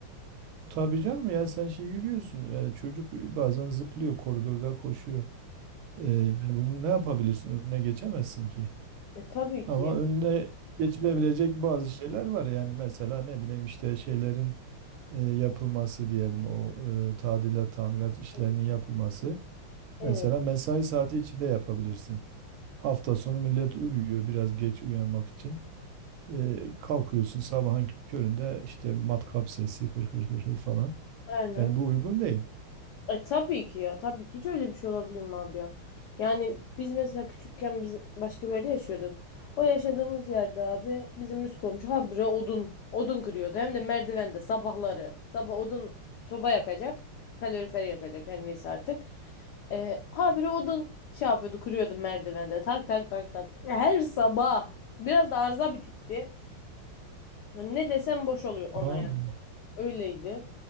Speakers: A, on the right; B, on the left.
A: Tabii canım yani sen şey yürüyorsun. Yani çocuk bazen zıplıyor koridorda koşuyor. E, yani bunu ne yapabilirsin? Önüne geçemezsin ki.
B: E tabii ki.
A: Ama önüne geçilebilecek bazı şeyler var. Yani mesela ne bileyim işte şeylerin e, yapılması diyelim o e, tadilat tamirat işlerinin
B: Evet.
A: yapılması.
B: Evet.
A: Mesela mesai saati içinde yapabilirsin. Hafta sonu millet uyuyor biraz geç uyanmak için. Ee, kalkıyorsun sabahın köründe işte matkap sesi hır hır hır hır falan.
B: Aynen.
A: Yani bu uygun değil.
B: E tabii ki ya tabii ki hiç öyle bir şey olabilir mi abi ya? Yani biz mesela küçükken biz başka bir yerde yaşıyorduk. O yaşadığımız yerde abi bizim üst komşu habire odun odun kırıyordu. Hem de merdivende sabahları. Sabah odun soba yakacak. Kalorifer yakacak her neyse artık. E, habire odun şey yapıyordu kırıyordu merdivende. Tak tak tak tak. Her sabah. Biraz da arıza bir tipti. Ne desem boş oluyor ona
A: Anladım.
B: ya. Öyleydi.